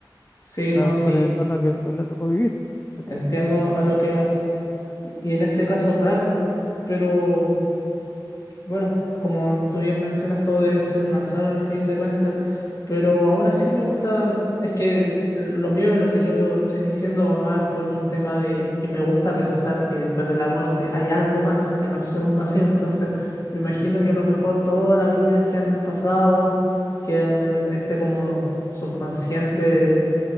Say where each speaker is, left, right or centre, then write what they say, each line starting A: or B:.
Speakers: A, on the left (about 45°); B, on the left (about 25°).
A: Sí,
B: la-
A: no, sí,
B: por el entorno que le tocó vivir, ¿cachai?
A: entiendo a lo que vas. Y en ese caso, claro, pero bueno, como tú bien mencionas, todo debe ser un azar al fin de cuentas, pero aún así me gusta, es que lo mío, lo que yo estoy diciendo va más por un tema de que me gusta pensar que después de la muerte hay algo más, que no es solo un vacío, entonces me imagino que a lo mejor todas las vidas que han pasado quedan en este como subconsciente